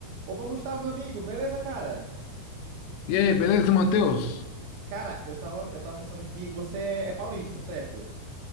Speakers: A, on the right (about 85°); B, on the left (about 80°).
A: Opa, Gustavo, meu amigo, beleza, cara?
B: E aí, beleza, Matheus?
A: Cara, eu tava, eu tava pensando aqui, você é é paulista, certo?